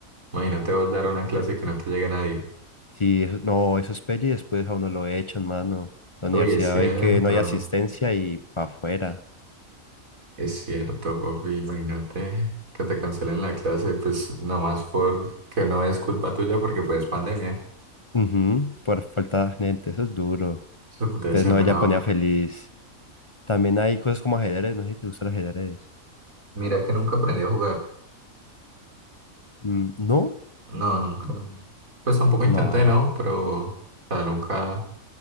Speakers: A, on the right; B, on the left.
A: Imagínate vos dar una clase que no te llega nadie.
B: Si eso, no, eso es pelle y después a uno lo echan, mano. La
A: Uy,
B: universidad
A: es cierto,
B: ve que no hay asistencia y para afuera.
A: es cierto, Bobby. Imagínate que te cancelen la clase, pues nomás porque no es culpa tuya, porque pues pandemia.
B: Ujú, por falta de gente, eso es duro.
A: Eso debe
B: Entonces,
A: ser
B: no,
A: bravo.
B: ella ponía feliz. También hay cosas como ajedrez, no sé si te gusta el ajedrez.
A: Mira que nunca aprendí a jugar.
B: Mm, no,
A: No, nunca. Pues tampoco intenté,
B: mano.
A: ¿no? Pero, o sea, nunca,